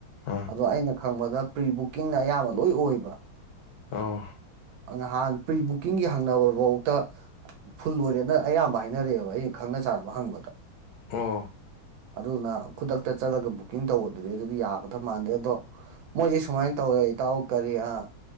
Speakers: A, on the left; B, on the right.
A: ꯑꯥ
B: ꯑꯗꯣ ꯑꯩꯅ ꯈꯪꯕꯗꯥ ꯄ꯭ꯔꯤ ꯕꯨꯛꯀꯤꯡꯅ ꯑꯌꯥꯝꯕ ꯂꯣꯏ ꯑꯣꯏꯕ
A: ꯑꯣ
B: ꯉꯍꯥꯟ ꯄ꯭ꯔꯤ ꯕꯨꯛꯀꯤꯡꯒꯤ ꯍꯪꯅꯕ ꯕꯣꯛꯇ ꯐꯨꯜ ꯑꯣꯏꯔꯦꯅ ꯑꯌꯥꯝꯕ ꯍꯥꯏꯅꯔꯛꯑꯦꯕ ꯑꯩꯅ ꯈꯪꯅ ꯆꯥꯟꯅꯕ ꯍꯪꯕꯗꯥ
A: ꯑꯣ
B: ꯑꯗꯨꯗꯨꯅꯥ ꯈꯨꯗꯛꯇ ꯆꯠꯂꯒ ꯕꯨꯛꯀꯤꯡ ꯇꯧꯕꯗꯨꯗꯤ ꯑꯗꯨꯗꯤ ꯌꯥꯒꯗꯕ ꯃꯥꯟꯗꯦ ꯑꯗꯣ ꯃꯣꯏꯖꯦ ꯁꯨꯃꯥꯏꯅ ꯇꯧꯌꯦ ꯏꯇꯥꯎ ꯀꯔꯤ ꯑꯥ